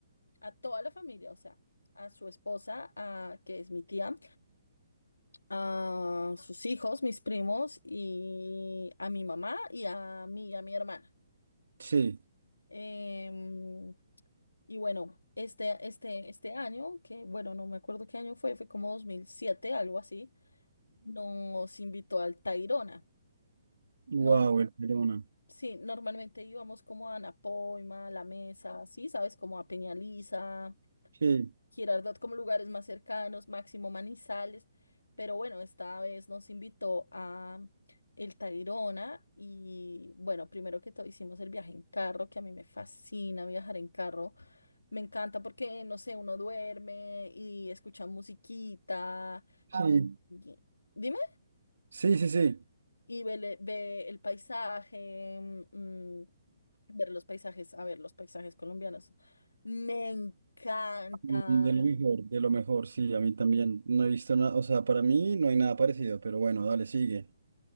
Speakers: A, on the left (about 85°); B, on the right (about 75°).
A: a toda la familia, o sea, a su esposa, a, que es mi tía, a sus hijos, mis primos, y a mi mamá y a mí y a mi hermana.
B: sí.
A: Em, y bueno, este, este, este año, que bueno, no me acuerdo qué año fue, fue como 2007 algo así, nos invitó al Tayrona.
B: Wow,
A: Norm-
B: el Verona.
A: sí, normalmente íbamos como a Anapoima, La Mesa, sí, sabes, como a Peñaliza,
B: Sí,
A: Girardot, como lugares más cercanos, Máximo Manizales, pero bueno, esta vez nos invitó a el Tayrona y bueno, primero que todo hicimos el viaje en carro, que a mí me fascina viajar en carro. Me encanta porque, no sé, uno duerme y escucha musiquita.
B: sí,
A: y- dime,
B: sí, sí, sí.
A: y ve, le- ve el paisaje, mm, ver los paisajes, a ver, los paisajes colombianos. Me encantan.
B: De lo mejor, de lo mejor, sí, a mí también. No he visto nada, o sea, para mí no hay nada parecido, pero bueno, dale, sigue.